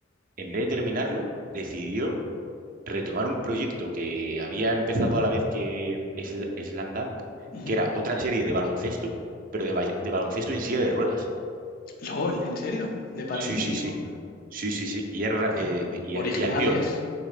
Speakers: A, on the right; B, on the left.
A: en vez de terminarlo, decidió retomar un proyecto que había empezado a la vez que Sl- Slam Dunk,
B: Ujú.
A: que era otra serie de baloncesto, pero de, ba- de baloncesto en silla de ruedas.
B: LOL, ¿en serio? ¿De Paralímpico?
A: Sí, sí, sí, sí, sí, sí. Y, es ra-
B: Buah,
A: eh, y,
B: Originales,
A: el, y al tío,